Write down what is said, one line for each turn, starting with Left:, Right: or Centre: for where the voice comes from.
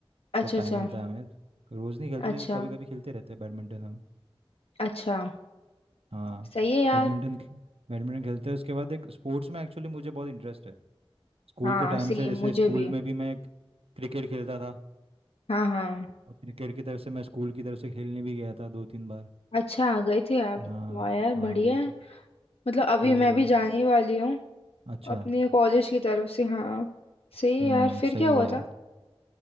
Left: अच्छा
Right: जब
Left: अच्छा
Right: टाइम मिलता है हमें रोज नहीं खेलते
Left: अच्छा
Right: लेकिन कभी कभी खेलते रहते हैं बैडमिंटन हम
Left: अच्छा
Right: हाँ
Left: सही है यार
Right: बैडमिंटन बैडमिंटन खेलते हैं उसके बाद एक स्पोर्ट्स में एक्चुअली मुझे बहुत इंटरेस्ट है स्कूल
Left: हाँ
Right: के टाइम
Left: सेम
Right: से जैसे
Left: मुझे
Right: स्कूल
Left: भी
Right: में भी मैं क्रिकेट खेलता था
Left: हाँ हाँ
Right: और क्रिकेट की तरफ से मैं स्कूल की तरफ से खेलने भी गया था दो तीन बार
Left: अच्छा गए थे आप
Right: हाँ
Left: वाह यार
Right: हाँ
Left: बढ़िया
Right: बिल्कुल
Left: है मतलब अभी
Right: तो
Left: मैं भी जाने ही वाली हूँ
Right: अच्छा
Left: अपने कॉलेज की तरफ से हाँ सही है
Right: हम्म
Left: यार फिर
Right: सही
Left: क्या हुआ
Right: है
Left: था